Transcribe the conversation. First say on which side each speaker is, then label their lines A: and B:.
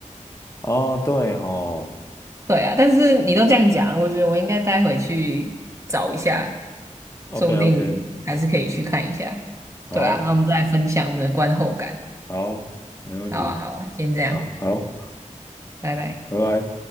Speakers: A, on the left; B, on the right.
A: <laughs> 哦对哦
B: 对啊，但是你都这样讲了，我觉得我应该待会去找一下，
A: o
B: 说不定还是可以去看一下。
A: k OK，好
B: 对啊，然后我们再来分享我们的观后感。
A: 好，没问题，
B: 好啊，好啊，先这样，
A: 好好，
B: 拜拜。
A: 拜拜。